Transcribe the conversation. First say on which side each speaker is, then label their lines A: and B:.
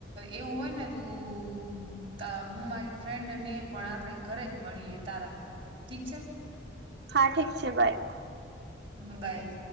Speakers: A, on the right; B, on the right.
A: એવું હોય ને તું હું મારી ફ્રેન્ડ ને પણ આપડે ઘરે જ મળીએ તારા ઠીક છે
B: હા ઠીક છે બાય
A: મોબાઈલ